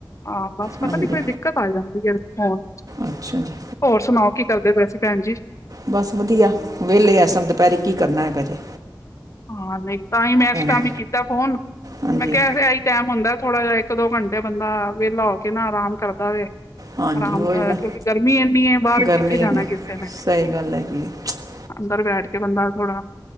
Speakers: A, on the left; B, on the right.
A: ਹਾਂ, ਬਸ ਪਤਾ
B: ਹਾਂਜੀ
A: ਨੀ ਕੋਈ ਦਿੱਕਤ ਜਾਂਦੀ ਹੈ। <inaudible>
B: ਅੱਛਾ ਜੀ
A: ਹੋਰ ਸੁਣਾਓ ਕੀ ਕਰਦੇ ਪਏ ਸੀ, ਭੈਣ ਜੀ।
B: ਬੱਸ ਵਧੀਆ ਵਿਹਲੇ ਐਸਨ ਦੁਪਹਿਰੀ ਕੀ ਕਰਨਾ ਹੈਗਾ ਜੇ
A: ਹਾਂ, ਨਹੀਂ ਤਾਂ ਹੀ ਮੈਂ ਇਸ ਟਾਈਮ
B: ਹਾਂ
A: ਹੀ ਕੀਤਾ ਫੋਨ ' <unintelligible> '
B: ਹਾਂਜੀ
A: ਮੈਂ ਕਿਹਾ ਟਾਈਮ ਹੁੰਦਾ ਥੋੜਾ ਜਿਹਾ ਇੱਕ-ਦੋ ਘੰਟੇ ਬੰਦਾ ਵੇਹਲਾ ਕੇ ਨਾ ਆਰਾਮ ਕਰਦਾ ਵੇ।
B: ਹਾਂਜੀ
A: ਆਰਾਮ
B: ਉਹੀ ਨਾ
A: ਕਿਉਂਕਿ ਗਰਮੀ ਇੰਨੀ ਹੈ ਬਾਹਰ ਵੀ
B: ਗਰਮੀ
A: ਕਿੱਥੇ ਜਾਣਾ
B: ਇੰਨੀ
A: ਕਿਸੇ ਨੇ।
B: ਸਹੀ ਗੱਲ ਹੈਗੀ ਏ' ' <unintelligible>
A: ਅੰਦਰ ਬੈਠ ਕੇ ਬੰਦਾ ਥੋੜਾ